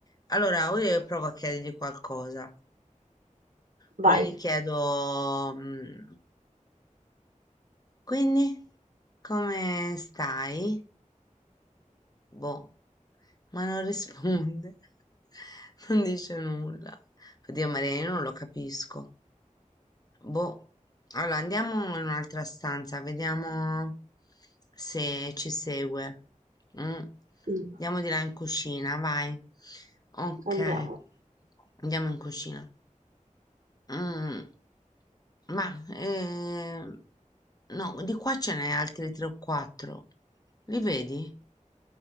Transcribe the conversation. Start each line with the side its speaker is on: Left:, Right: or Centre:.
Left: Allora, io provo a chiedergli qualcosa. Ora
Right: Vai.
Left: gli chiedo, mh, quindi, come stai? Boh, ma non risponde, <laughs> non dice nulla. Oddio Maria, io non lo capisco. Boh, allora andiamo in un'altra stanza, vediamo se ci segue. Mm.
Right: Mm,
Left: Andiamo di là in cucina, vai. Ok,
Right: Andiamo.
Left: andiamo in cucina. Mm, Ma, eh, no, di qua ce n'è altri 3 o 4. Li vedi?